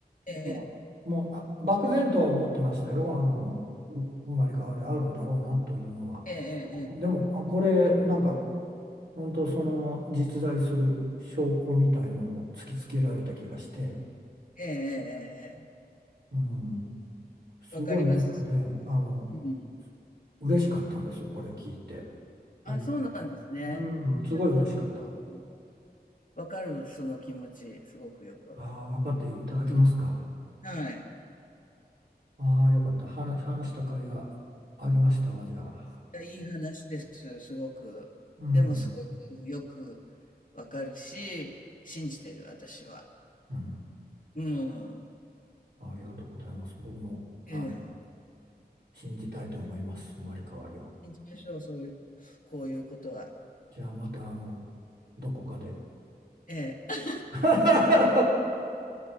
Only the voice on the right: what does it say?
もう、もうあ漠然とは思ってましたよあのう生まれ変わりあるんだろうなというのは。
でも、でもあこれなんか本当その実在する証拠みたいなのを突きつけられた気がして、
うん、すごいなんかね、
あの、
嬉しかったんですよ、これ聞いて。
うん、
うんすごい嬉しかった。
あ
あ、分かっていただけますか。
ああ、よかった。話、話した甲斐がありましたわ、じゃあ。
うん、
うん、
ありがとうございます。僕も、は
い、信じたいと思います、生まれ変わりを。
じゃあ、また、あの、どこかで。
<laughs>